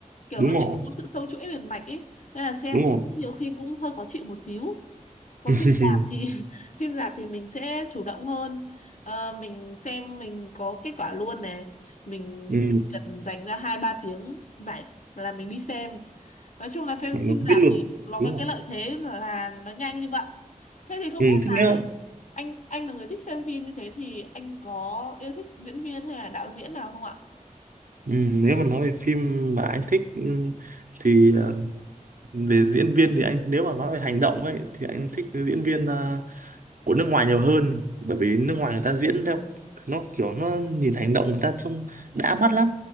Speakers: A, on the left; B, on the right.
A: kiểu
B: đúng
A: nó
B: rồi
A: sẽ không có sự sâu chuỗi liền mạch ấy nên là xem
B: đúng
A: cũng
B: rồi
A: nhiều khi cũng hơi khó chịu một xíu còn
B: <laughs>
A: phim rạp thì <laughs> phim rạp thì mình sẽ chủ động hơn Ờ, mình xem mình có kết quả luôn này mình
B: ừ
A: cần dành ra hai ba tiếng rảnh là mình đi xem nói chung là phim
B: mày nó
A: phim
B: biết
A: rạp
B: luôn
A: thì nó
B: đúng
A: có
B: rồi
A: cái lợi thế là nó nhanh như vậy thế thì không
B: ừ
A: biết
B: thế
A: là
B: nếu
A: anh anh là người thích xem phim như thế thì anh có yêu thích diễn viên hay là đạo diễn nào không ạ
B: ừ, nếu mà nói về phim mà anh thích ừ, thì ờ, về diễn viên thì anh nếu mà nói về hành động ấy thì anh
A: ừ.
B: thích cái diễn viên ờ, của nước ngoài nhiều hơn bởi vì nước ngoài người ta diễn theo nó kiểu nó nhìn hành động người ta trông đã mắt lắm